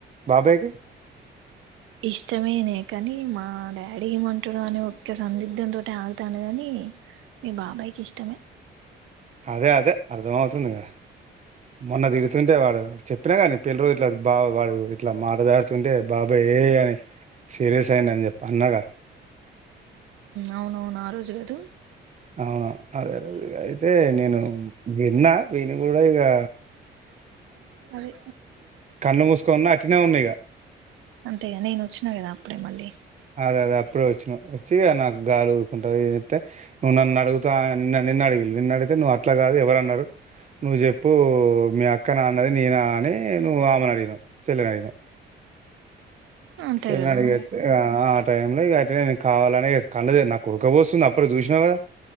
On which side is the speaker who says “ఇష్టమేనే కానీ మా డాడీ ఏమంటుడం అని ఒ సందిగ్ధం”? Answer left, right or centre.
Right